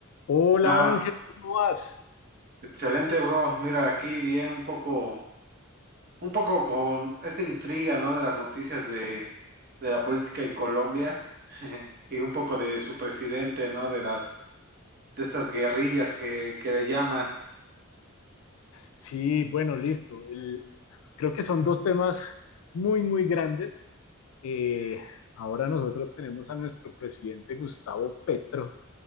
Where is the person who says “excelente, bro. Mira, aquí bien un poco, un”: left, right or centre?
Right